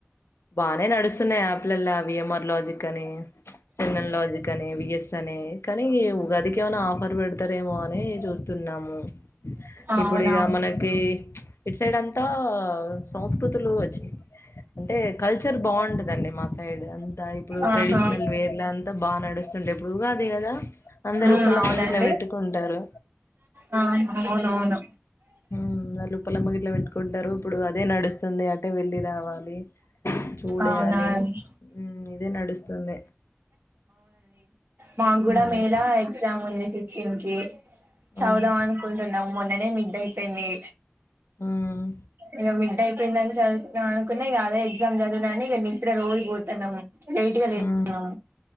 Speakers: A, on the left; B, on the right.
A: బానే నడుస్తున్నాయి. యాప్లలో విఎంఆర్ లాజిక్ అని, చందన్ లాజిక్ అని, విఎస్ అని కానీ గదికి ఏమైనా ఆఫర్ పెడతారేమో అని చూస్తున్నాము.
B: అవునా
A: ఇప్పుడు ఇగ మనకి ఇటు సైడ్ అంతా సంస్కృతులు వచ్చి. అంటే కల్చర్ బాగుంటదండి మా సైడ్ అంతా ఇప్పుడు
B: ఆహా
A: ట్రెడిషనల్ వేర్ అంతా బాగా నడుస్తుంటే ఎప్పుడుగాద కదా అందరు
B: ఊ
A: ఉప్పలమ్మ
B: అవునండి.
A: గిట్లా పెట్టుకుంటారు
B: ఆ అవునువును.
A: ఉమ్ వాళ్ళు ఉప్పలమ్మగిట్ల పెట్టుకుంటరు ఇప్పుడు అదే నడుస్తుంది అటే వెళ్ళి రావాలీ. చూడెయాలీ
B: అవునా అండి
A: ఉమ్ ఇదే నడుస్తుంది.
B: మాగూడా
A: ఉమ్,
B: మేలా ఎగ్జామ్ ఉంది ఫిఫ్టీన్కీ. చౌదామను
A: ఉమ్,
B: కుంటున్నం. మొన్ననే మిడ్ అయిపేయిందీ.
A: ఉమ్,
B: ఇగ మిడ్ డై పోయిందని చదువుతున్నాం అనుకున్న ఇగ అదే ఎగ్జామ్ చదివినా అని ఇగ నిద్ర రోజూ పోతన్నం. లేటగా లేస్తున్నం.
A: ఉమ్,